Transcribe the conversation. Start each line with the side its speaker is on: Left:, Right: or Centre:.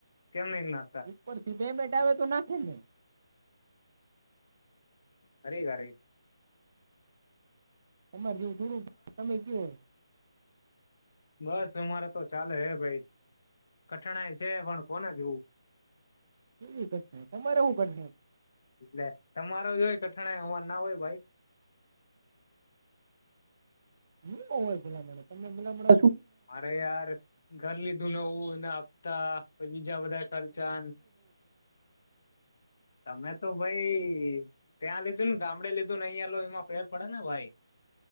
Left: કેમ નહી નાખતા
Right: ઉપર થી પેમેન્ટ આવે તો નાખે ને
Left: અરે હરે
Right: તમારે જેવું થોડું તમે કયો હોય
Left: બસ અમારે તો ચાલે હે ભાઈ કઠિણાઈ છે પણ કોને કેવું
Right: કેવી કર તમારે હું કર
Left: એટલે તમારો જોય કઠાણાય અમાર ના હોય ભાઈ
Right: હું હોય ભલામણ તમે ભલામણ
Left: મારે યાર ઘર લીધું ું નવું એને હાંફતા પી બીજા બધા ખર્ચા તમે તો ભાઈ ત્યાં લ ત્યાં લો અને ગામડે લ્યો એમાં પેર પડે ને ભાઈ